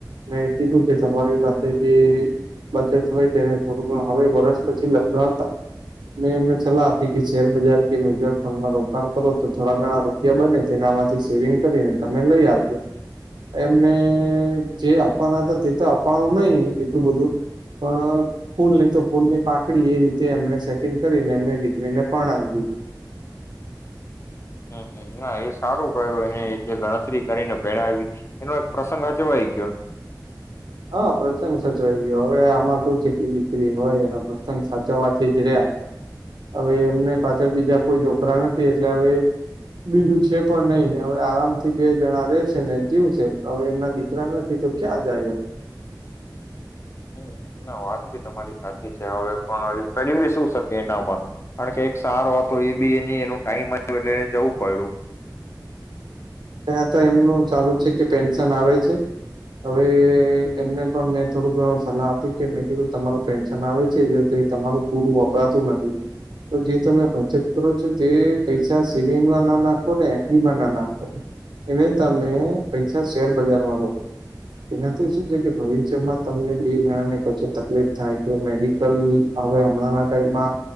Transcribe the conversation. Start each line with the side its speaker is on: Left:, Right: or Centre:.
Right: મે કીધું કે તમારી પાસે જે બચત હોય તેને થોડું ઘણ હવે વરષ પછી લગતા હતા. મેં એમને સલાહ આપી કે શેર બજાર કે મ્યુઝિયમ ફંડમાં રોકાણ કરો તો થોડા ઘણા રૂપિયા બને છે. તેના માંથી સેવિંગ કરીને તમે લઈ આપ્યો. એમને જે આપવાના હતા તે તો આપવાનું નહી એટલું બધું. પણ ફૂલ નહી તો ફૂલની પાંખરી એ રીતે એમને સેટિંગ કરીને એમને દીકરીને પરણાવી દીધી.
Left: હ ના એ સારું જે ગણતરી કરીને પરણાવી એનું પ્રસંગ હા જોવય
Right: હા પ્રત્સંગ સચવાઈ ગયો હવે આમાં શ છે કે દીકરી હોય એનો પ્રસંગ સાચવવાથી જ રહ્યા. અવે એમને પાછળ બીજા કોઈ છોકરા નથી. એટલે અવે બીજું છે પણ નહી અવે આરામથી બે જણા રે છે ને જીવ છે. અવે એમના દીકરા નથી. એ તો ક્યા જાયે
Left: હમ ના વાત બી તમારી સાચી છે. હવે પણ કરી બી શું શક એનામાં કારણ કે એક સારો હતો એ બી એની એનું ટાઈમ આવ્યો એટલે એને જવું પડ્યું.
Right: ત્યાં તો એમનું સારું છે કે પેન્શન આવે છે. હવે એમને પણ મેં થોડુંક ઘણો સલાહ આપી કે મેં કીધું તમારું પેન્શન આવે છે જે તે તમારું પૂરું વપરાતું નથી. તો જે તમે બચત કરો છો તે પૈસા સેવિંગમાં ના નાખો ને એફબીમાં ના ના એને તમે પૈસા શેર બજારમાં રોકો. એનાથી શું છે કે ભવિષ્યમાં તમને બે જણાને કંસુ તકલીફ થાય કે મેડિકલ અવે અમણાં ટાઈમમાં